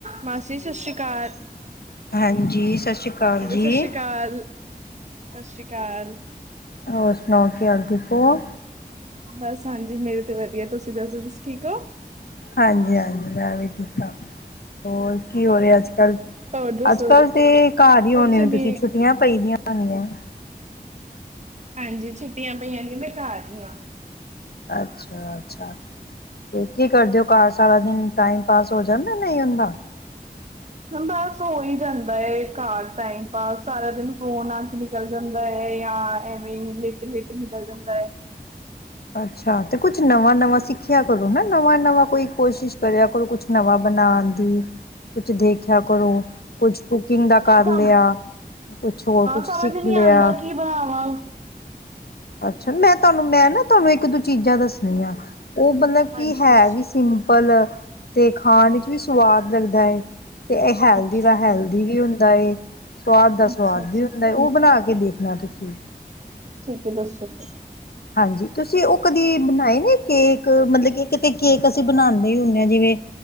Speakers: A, on the right (about 45°); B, on the left (about 75°).
A: ਮਾਸੀ ਸਤਿ ਸ੍ਰੀ ਅਕਾਲ
B: ਹਾਂਜੀ ਸਤਿ ਸ਼੍ਰੀ ਅਕਾਲ
A: ਹੈਲੋ
B: ਜੀ।
A: ਸਤਿ ਸ਼੍ਰੀ ਅਕਾਲ ਸਤਿ ਸ੍ਰੀ ਅਕਾਲ
B: ਹੋਰ ਸੁਣਾਓ ਕਿ ਹਾਲ ਠੀਕ ਉ
A: ਬਸ ਹਾਂਜੀ ਮੇਰੇ ਤੇ ਵਧੀਆ ਤੁਸੀਂ ਦੱਸੋ ਤੁਸੀ ਠੀਕ ਹੋ
B: ਹਾਂਜੀ ਹਾਂਜੀ ਮੈਂ ਵੀ ਠੀਕ ਠਾਕ ਹੋਰ ਕੀ ਹੋ ਰਿਹਾ ਅੱਜ ਕੱਲ
A: ਹੋਰ ਦੱਸੋ
B: ਅੱਜ ਕੱਲ ਤੇ ਘਰ ਹੀ
A: ਕੁਛ
B: ਹੋਨੇ ਅ
A: ਨੀ
B: ਤੁਸੀਂ ਛੁੱਟੀਆਂ ਪਈ ਦੀਆਂ <unintelligible>
A: ਹਾਂਜੀ ਛੁੱਟੀਆਂ ਪਈਆਂ ਨੇਆਂ ਮੈਂ ਘਰ ਹੀ ਆ
B: ਅੱਛਾ ਅ ਤੇ ਕੀ ਕਰਦੇ ਹੋ ਘਰ ਸਾਰਾ ਦਿਨ ਟਾਈਮ ਪਾਸ ਹੋ ਜਾਂਦਾ ਨਹੀਂ ਹੁੰਦਾ <inaudible>
A: ਬਸ ਹੋ ਹੀ ਜਾਂਦਾ ਘਰ ਟਾਈਮ ਪਾਸ ਸਾਰਾ ਦਿਨ ਫੋਨ ਆ ਚ ਨੀ ਚਲ ਜਾਂਦਾ ਹੈ ਜਾਂ ਐਵੇਂ ਹੀ ਲੇਟ ਲੇਟ ਨਿਕਲ ਜਾਂਦਾ ਹੈ
B: ਅੱਛਾ ਤੇ ਕੁਛ ਨਵਾਂ ਨਵਾਂ ਸਿੱਖਿਆ ਕਰੋ ਹਨ ਨਵਾਂ ਨਵਾਂ ਕੋਈ ਕੋਸ਼ਿਸ਼ ਕਰਿਆ ਕਰੋ ਕੁਛ ਨਵਾਂ ਬਨਾਣ ਦੀ ਕੁਛ ਦੇਖਿਆ ਕਰੋ ਕੁਝ ਕੁਕਿੰਗ ਦਾ ਕਰ
A: ਹਾਂ
B: ਲਿਆ ਕੁਛ ਹੋਰ ਕੁਛ
A: ਸਮਝ
B: ਸਿੱਖ
A: ਨੀ
B: ਲਿਆ
A: ਆਉਂਦਾ ਕੀ ਬਣਾਵਾਂ
B: ਅੱਛਾ ਮੈਂ ਤੁਹਾਨੂੰ ਮੈਂ ਨਾ ਤੁਹਾਨੂੰ ਇੱਕ ਦੋ ਚੀਜ਼ਾਂ ਦੱਸਣੀਆਂ ਉਹ ਮਤਲਬ
A: ਹਾਂਜੀ
B: ਕੀ ਹੈ
A: ਦੱਸੋ
B: ਵੀ ਸਿੰਪਲ ਤੇ ਖਾਣ ਵਿੱਚ ਵੀ ਸਵਾਦ ਲੱਗਦਾ ਹੈ ਤੇ ਇਹ ਹੈਲਦੀ
A: ਅੱਛਾ
B: ਦਾ
A: ਅੱਛਾ
B: ਹੈਲਦੀ ਵੀ ਹੁੰਦਾ ਸੁਵਾਦ ਦਾ ਸੁਵਾਦ
A: ਅੱਛਾ ਅੱਛਾ
B: ਵੀ ਹੁੰਦਾ ਏ ਉਹ ਬਣਾ ਕੇ ਦੇਖਣਾ ਤੁਸੀਂ
A: ਠੀਕ ਦੱਸ ਸ਼ਕ
B: ਹਾਂਜੀ ਤੁਸੀਂ ਉਹ ਕਦੀ ਬਣਾਏ ਨੇ ਕੇਕ ਮਤਲਬ ਕਿ ਕਿਤੇ ਕੇਕ ਅਸੀਂ ਬਣਾਉਂਦੇ ਹੀ ਹੁੰਦੇ ਹਾਂ ਜਿਵੇਂ